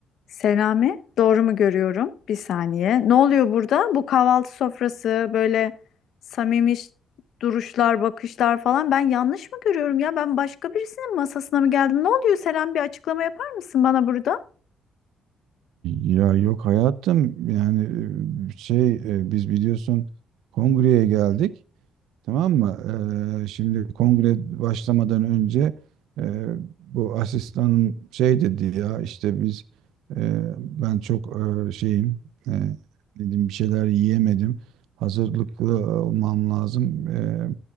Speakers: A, on the left; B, on the right.
A: Selami, doğru mu görüyorum? Bir saniye. Ne oluyor burada? Bu kahvaltı sofrası böyle samimi ş- duruşlar, bakışlar falan. Ben yanlış mı görüyorum ya? Ben başka birisinin masasına mı geldim? Ne oluyor Selam? Bir açıklama yapar mısın bana burada?
B: Ya yok hayatım yani e, şey e, biz biliyorsun kongreye geldik tamam mı? Ee, şimdi kongre başlamadan önce e, bu asistanım şey dedi ya işte biz e, ben çok e, şeyim e, dedim bir şeyler yiyemedim hazırlıklı olmam lazım E,